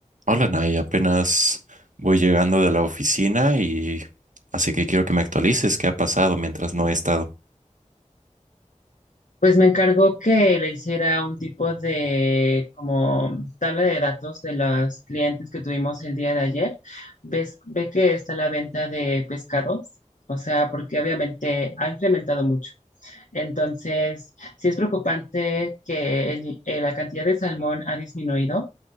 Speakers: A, on the right; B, on the left.
A: Hola, Nay, apenas voy llegando de la oficina y así que quiero que me actualices qué ha pasado mientras no he estado.
B: Pues me encargó que le hiciera un tipo de como tabla de datos de los clientes que tuvimos el día de ayer. Ves, ve que está la venta de pescados, o sea, porque obviamente ha incrementado mucho. Entonces, sí es preocupante que el- eh, la cantidad de salmón ha disminuido.